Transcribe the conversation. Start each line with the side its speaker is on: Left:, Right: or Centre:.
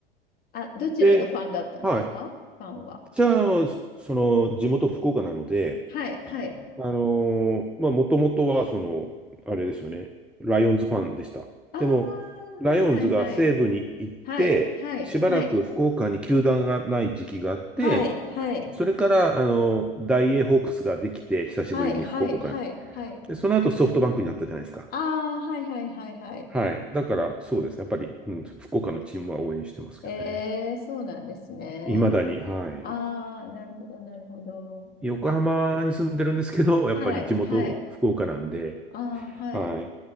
Left: あ、どちらのファンだったんですかファンは。
Centre: で、はい。じゃあ、その、地元福岡なので、
Left: はい、はい。
Centre: あのーまあ、もともとは、その、あれですよね、ライオンズファンでした。
Left: ああ、
Centre: でも、
Left: はいはいはい。
Centre: ライオンズが西部に行って、
Left: はい、はい、
Centre: しばらく福岡に球団がない時期があって、
Left: はい。はい、はい、
Centre: それから、あのーダイエーホークスができて、久しぶりに福岡に。
Left: はい、はい、はい、はい。
Centre: で、その後ソフトバンクになったじゃないですか。
Left: ああ、はいはいはいはい。
Centre: はい。だから、そうですね。やっぱり、うん、福岡のチームは応援してますけどね。
Left: えー、そうなんですね。
Centre: いまだに、はい。
Left: ああ、なるほど、なるほど。
Centre: 横浜に住んでるんですけど、やっぱり地元福岡なんで、
Left: はい、はい。ああ、はい。
Centre: はい。